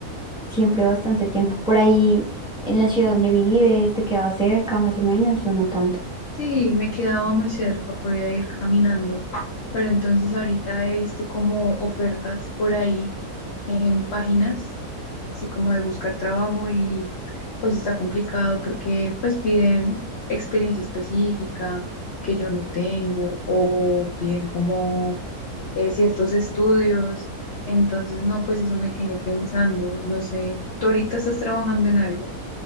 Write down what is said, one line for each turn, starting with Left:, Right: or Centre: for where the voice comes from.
Centre: siempre bastante tiempo. Por ahí, en la ciudad donde vives, ¿te quedaba cerca más o menos o no tanto?
Left: Sí, me quedaba muy cerca, podía ir caminando, pero entonces ahorita he visto como ofertas por ahí en páginas, así como de buscar trabajo y pues está complicado porque pues piden experiencia específica que yo no tengo o piden como eh, ciertos estudios, entonces no, pues eso me tiene pensando, no sé, tú ahorita estás trabajando en algo.